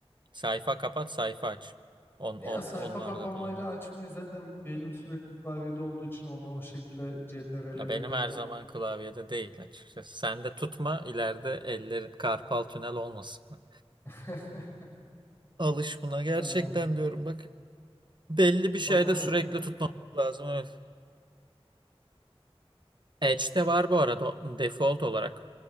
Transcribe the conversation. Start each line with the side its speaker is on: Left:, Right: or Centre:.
Right: Sayfa kapat, sayfa aç. On,
Left: Ya
Right: o, onları
Left: sayfa kapamayla
Right: da kullanıyorum.
Left: açmayı zaten bir elim sürekli klavyede olduğu için onu o şekilde CTRL
Right: Ya benim
Left: böyle
Right: her
Left: kap-
Right: zaman klavyede değil açıkçası. Sen de tutma ileride ellerin karpal tünel olmasın bak.
Left: <laughs>
Right: Alış buna gerçekten
Left: Ha,
Right: diyorum bak. Belli bir şeyde
Left: bakarım.
Right: sürekli tutmamak lazım. Evet. Edge'de var bu arada o default olarak.